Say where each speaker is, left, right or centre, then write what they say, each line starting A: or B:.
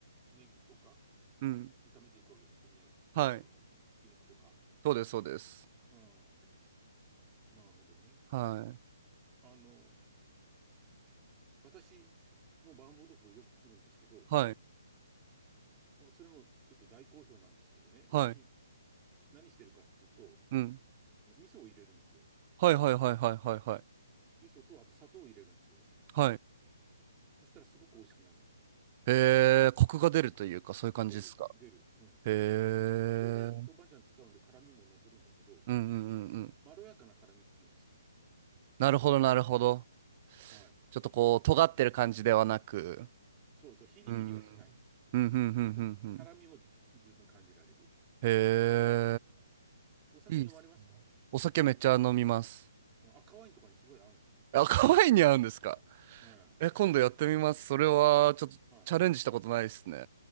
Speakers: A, on the right; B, on the right.
A: ネギとか
B: うん、
A: 炒めていくわけでしょうね。
B: はい。
A: その、ひき肉とか。
B: そうです、そうです。
A: うん、なるほどね。
B: はい、
A: あの、私、もう麻婆豆腐よく作るんですけど、
B: はい、
A: おそれもちょっと大好評なんですけどね、
B: はい、
A: 私、何してるかっつうと、
B: うん。
A: あの味噌を入れるんですよ。
B: はいはいはいはいはいはい。
A: 味噌と、あと砂糖を入れるんですよ。
B: はい。
A: そしたらすごく美味しくなるんですよ。
B: へえ、コクが出るというか、そういう感じですか。
A: 出る、出る。うん。
B: へえ。
A: 当然、豆板醤使うんで辛みも残るんだけど、
B: うんうんうんうん。
A: まろやかな辛みっていうんですかね。
B: なるほどなるほど。
A: はい。
B: ちょっとこう、尖ってる感じではなく。
A: そうそう、ヒリヒリはしない。
B: うん。うんうんうんうんうん。
A: でも、辛みもず十分感じられる。
B: へ
A: お酒飲まれますか
B: え。いいっす。お酒めっちゃ飲みます。
A: うん赤ワインとかにすごい合うんですよね。
B: あ、可愛いに合うんですか。
A: うん。
B: え、今度やってみます。それは、ちょっとチャレンジしたことないですね。
A: はい。